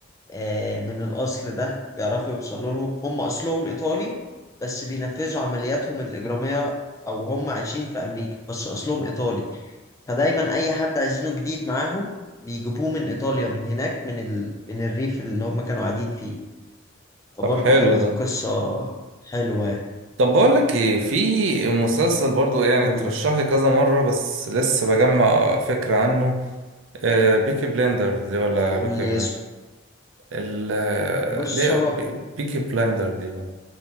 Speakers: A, on the left; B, on the right.
A: آه، من الأصل ده بيعرفوا يوصلوا لهم هم أصلهم إيطالي بس بينفذوا عملياتهم الإجرامية أو هم عايشين في أمريكا بس أصلهم إيطالي فدايما أي حد عايزينه جديد معاهم بيجيبوه من إيطاليا من هناك من ال... من الريف اللي هم كانوا قاعدين فيه فبرضه
B: طب حلو
A: كانت
B: ده
A: قصة حلوة
B: طب بقول لك إيه في مسلسل برضه يعني
A: قول
B: ترشح لي كذا مرة بس لسه بجمع فكرة عنه آه، بيكي بليندرز ولا
A: قول
B: بيكي
A: لي
B: بليندرز
A: اسمه
B: ال
A: بص
B: ليه
A: هو
B: بي- بيكي بلايندر دي آه.